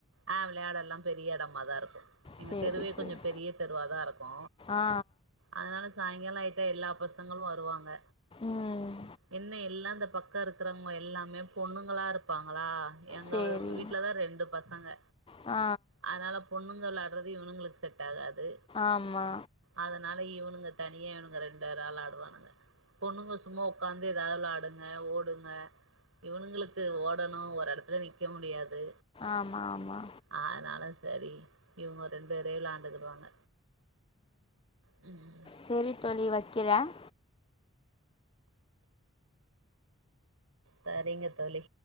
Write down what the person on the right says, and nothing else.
ஆ விளையாடல்லா பெரிய இடம தான் இருக்கு எங்க
தெருவே
கொஞ்சோ பெரிய தெருவாதா இருக்கு
அதனால சாயங்கால ஆயிட்டா எல்லா பசங்களும் வருவாங்க
என்ன எல்லாந்த பக் கத்துல இருக்கறவங்க எல்லாமே பொண்ணுங்களா இருப்பாங்களா எங்க
வீட்டுலதா ரெண்டு பசங்க
அதனால பொண்ணுங்கள் விளாடுறது இவனுங்களுக்கு செட் ஆகாது
அதனால இவனுங்க தனியா இவனுங்க ரெண்டு பேரு விளாடுவானுங்க பொண்ணுங்க சும்மா உட்காந்து ஏதாவது விளாடுங்க ஓடுங்க இவனுங்களுக்கு ஓடணு ஒரு இடத்துல நிற்க முடியாது
அதனாலும் செரி இவங்க ரெண்டு பேர விளாண்டுகிடுவாங்க ம்
செரிங்க தோழி